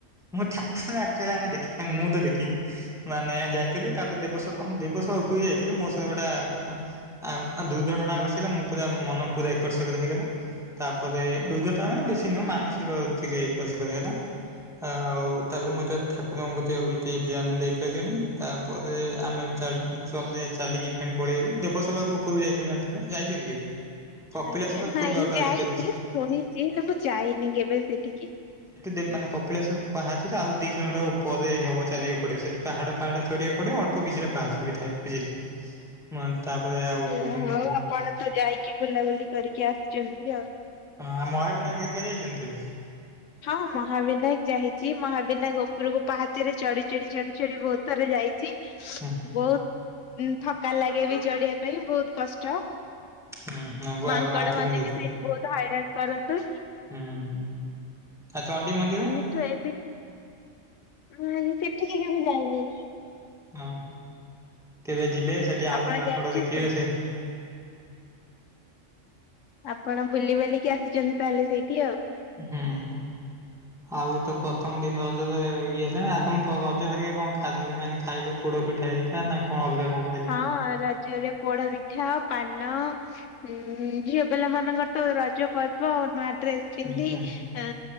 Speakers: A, in the centre; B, on the left (about 75°).
A: ମୁଁ ଠାକୁର ଙ୍କୁ ଆକଚୁଆଲି ଆମେ ଦେଖି ମୁଁ ତ ଦେଖିନି। ମାନେ ଯାଇଥିଲୁ। ତାପରେ ଦେବସ୍ ଦେବସଭା ଉପୁରୁକୁ ଯାଇଥିଲୁ। ମୋ ସହ ଗୋଟା ଆ ଦୁର୍ଘଟଣା ଘସିଲା ମୋ ପୁରା ମନ ପୁରା ଏକର ସେକର ହେଇଗଲା। ତାପରେ ଦୁର୍ଘଟଣା ବେଶୀ ନୁହଁ ମାନସିକ ଟିକେ ଏକର ସେକର ହେଲା। ଆଉ ତାହେଲେ ମୁଁ ଏତେ ଠାକୁରଙ୍କ ପ୍ରତି ଆଉ ଏତେ ଧ୍ୟାନ ଦେଇପାଇଲିନି। ତାପରେ ଆମେ ଚା ଚଲେ ଚାଲିକି ଫେଣି ପଳେଇଲୁ। ଦେବସଭା କୁ ଉପରକୁ ଯାଇଥିବ ଜାଣିଥିବେ। ଯାଇଛନ୍ତି କେବେ? କପିଳାସ
B: ଆଜ୍ଞା।
A: ତ ଉପରକୁ
B: ନାଇଁ
A: ଆଉ ଗୋଟେ
B: ଯାଇନି
A: ଅଛି ଦେବସଭା
B: ଶୁଣିଚି ହେଲେ ମୁଁ ଯାଇନି କେବେ ସେଠିକି।
A: ଦେବ୍ ମାନେ କପିଳାସ ପାହାଚ ରେ ଆଉ ଦି କିଲୋମିଟର ଉପରେ ହେବ ଚାଲିବାକୁ ପଡିବ ସେଠି। ପାହାଡ ପାହାଡ ଚଢିବାକୁ ପଡିବ ଅଳ୍ପ କିଛିଟା ପାହାଚ ବି ଥାଏ ବୁଝିଲେ। ମାନ୍ ତାପରେ
B: ହଉ
A: ଆଉ ହୁଁ
B: ଆପଣ ତ ଯାଇକି ବୁଲାବୁଲି କରିକି ଆସିଚନ୍ତି ଆଉ।
A: ହଁ ଆଉ ମହାବିନାୟକ ହେରିକା ଯାଇଚନ୍ତି କେବେ?
B: ହଁ ମହାବିନାୟକ ଯାଇଚି। ମହାବିନାୟକ ଉପରକୁ ପାହାଚରେ ଚଢି ଚଢି ଚଢି ଚଢି ବହୁତ ଥର ଯାଇ ଚି।
A: ହୁଁ
B: ବହୁତ୍ ଥକା ଲାଗେ ବି ଚଢିବା ପାଇଁ ବହୁତ କଷ୍ଟ।
A: ହୁଁ ହଁ ଗୋଆ
B: ମାଙ୍କଡ
A: ଗ ଆଣ୍ଠୁ
B: ମାନେ
A: ବିନ୍ଧୁଥିବ
B: ବି ସେଇଠି ବହୁତ ହଇରାଣ କରନ୍ତି।
A: ହୁଁ। ଆଉ ଚଣ୍ଡି ମନ୍ଦିର?
B: <unintelligible> ନାଇଁ ସେଠିକି କେଭେ ଯାଇନି।
A: ହଁ, କେବେ ଯିବେ ସେଠି ଆହୁରି
B: ଆପଣ
A: ମାଙ୍କଡ
B: ଯାଇଛନ୍ତି?
A: ଦେଖିବେ ସେ
B: ଆପଣ ବୁଲି ବାଲିକି ଆସିଚନ୍ତି ତାହେଲେ ସେଇଠି ଆଉ।
A: ହୁଁ। ଆଉ ତ ପ୍ରଥମ ଦିନ ରଜ ରେ ଇଏ ନା ତମ ରଜ ହେରିକା କଣ ଖା ମାନେ ଖାଇଲ ପୋଡ ପିଠା ହେରିକା। ତାର ନାଁ କଣ ଅଲଗା କଣ। ଖାଇଲ?
B: ହଁ ରଜରେ ପୋଡାପିଠା ପାନ ଉଁ ଝିଅ ପିଲା ମାନଙ୍କର ତ ରଜ ପର୍ବ ନୂଆ ଡ୍ରେସ ପିନ୍ଧି
A: ହୁଁ ହୁଁ।
B: ଆ